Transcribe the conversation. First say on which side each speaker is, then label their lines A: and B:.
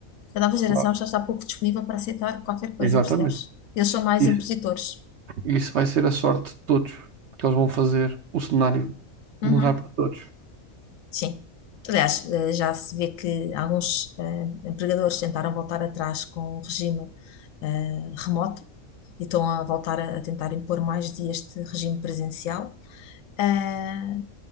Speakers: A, on the left; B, on the right.
A: A nova geração
B: Claro.
A: já está pouco disponível para aceitar qualquer coisa,
B: Exatamente.
A: percebes? Eles são mais
B: Isso,
A: impositores.
B: isso vai ser a sorte de todos, porque eles vão fazer o cenário
A: Uhum,
B: mudar para todos.
A: sim. Aliás, eh, já se vê que alguns eh, empregadores tentaram voltar atrás com o regime eh, remoto e estão a voltar a, a tentar impor mais dias de regime presencial. Ah,